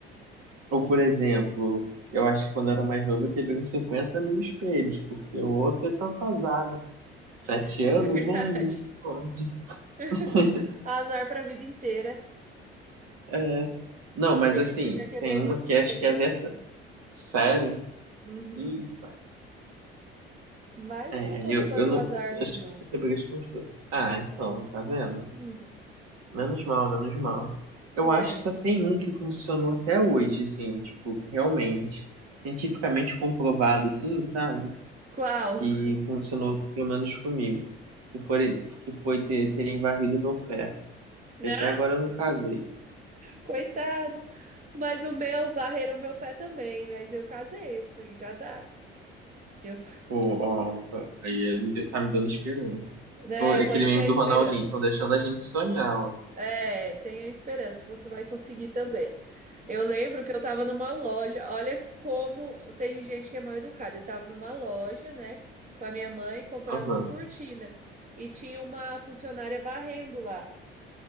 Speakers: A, on the right (about 55°); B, on the right (about 25°).
A: ou por exemplo, eu acho que quando eu era mais novo eu quebrei uns 50 mil espelhos, porque o outro é tanto azar, né? Sete
B: é
A: anos,
B: verdade.
A: né? Misericórdia.
B: <laughs>
A: <laughs>
B: Azar pra vida inteira.
A: É. Não, mas
B: Pior
A: assim,
B: que eu já quebrei
A: tem
B: muito
A: uma que
B: espelho
A: acho que
B: também.
A: é verdade. Sério?
B: Uhum.
A: Eita.
B: Mas
A: É,
B: eu não tô
A: eu,
B: com tanto
A: eu não.
B: azar assim,
A: Acho que
B: não.
A: você quebrou de construir. Ah, então, tá vendo?
B: Uhum.
A: Menos mal, menos mal. Eu
B: É.
A: acho que só tem um que funcionou até hoje, assim, tipo, realmente. Cientificamente comprovado, assim, sabe?
B: Qual?
A: Que
B: <laughs>
A: funcionou pelo menos comigo. Que foi, que foi ter, terem varrido meu pé.
B: Ah,
A: E até agora eu não casei.
B: coitado. Mas o meu, varreram o meu pé também. Mas eu casei, eu consegui casar. Eu,
A: Pô, ó, opa, aí é- me deu- tá me dando esperança.
B: né?
A: Então, é
B: Pode
A: Aquele meme
B: ter
A: do
B: esperança.
A: Ronaldinho, estão deixando a gente sonhar, ó.
B: É, tenha esperança que você vai conseguir também. Eu lembro que eu tava numa loja, olha como tem gente que é mal educada. Eu tava numa loja, né, com a minha mãe comprando
A: Aham.
B: uma cortina e tinha uma funcionária varrendo lá.